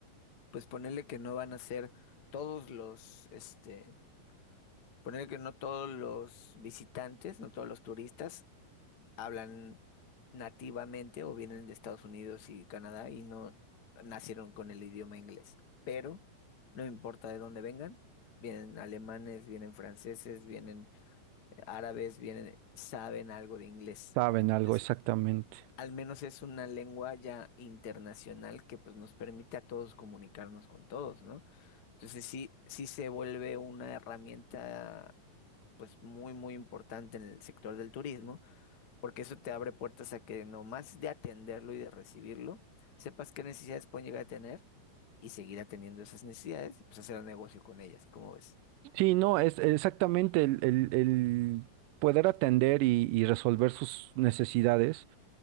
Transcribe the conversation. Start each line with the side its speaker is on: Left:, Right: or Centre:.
Left: pues ponerle que no van a ser todos los, este, ponerle que no todos los visitantes, no todos los turistas hablan nativamente o vienen de Estados Unidos y Canadá y no nacieron con el idioma inglés, pero no importa de dónde vengan, vienen alemanes, vienen franceses, vienen árabes vienen, saben algo de inglés.
Right: saben
Left: Entonces,
Right: algo exactamente.
Left: al menos es una lengua ya internacional que pues nos permite a todos comunicarnos con todos, ¿no? Entonces sí, sí se vuelve una herramienta pues muy, muy importante en el sector del turismo, porque eso te abre puertas a que nomás de atenderlo y de recibirlo, sepas qué necesidades pueden llegar a tener y seguir atendiendo esas necesidades, pues hacer un negocio con ellas, ¿cómo ves?
Right: Sí, no, es exactamente el, el- el poder atender y, y resolver sus necesidades.